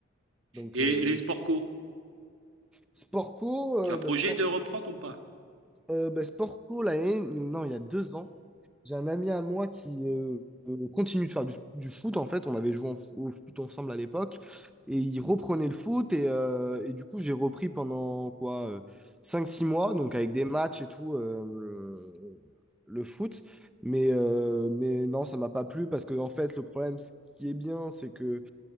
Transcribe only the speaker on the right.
Et
et
les sports co?
Tu
as projet
de reprendre ou pas?